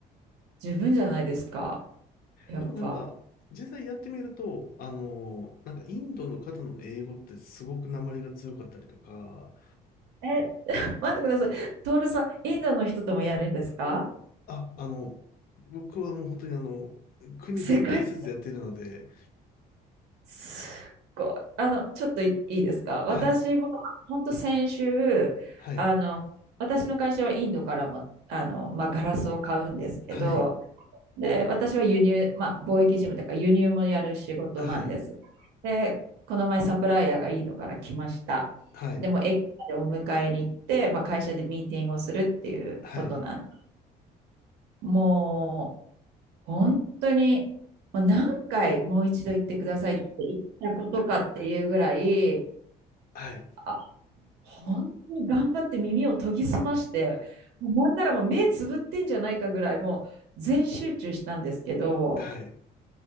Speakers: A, on the right; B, on the left.
A: 十分じゃないですか。やっぱ。
B: でもなんか、実際やってみると、あの、なんかインドの方の英語ってすごく訛りが強かったりとか、
A: え、待ってください。トールさん、インドの人ともやるんですか
B: あ、あの、僕はもう本当にあの、国限定せずやってるので、
A: 世界すっごい。あの、ちょっといいいですか。私は、
B: はい、
A: 本当先週、
B: はい、
A: あの、私の会社はインドからも、あの、まあ、ガラスを買うんですけど、
B: はい、
A: で、私は輸入、まあ、貿易事務だから輸入もやる仕事なんです。
B: はい、
A: で、この前サプライヤーがインドから来ました。
B: はい、
A: でも、駅までお迎えに行って、まあ、会社でミーティングをするっていうことなん
B: はい、
A: も本当に、まあ、何回もう一度言ってくださいって言ったことかっていうぐらい、
B: はい、
A: あ、本当に頑張って耳を研ぎ澄まして、もうなんならもう目つぶってんじゃないかぐらい、もう全集中したんですけど、
B: はい。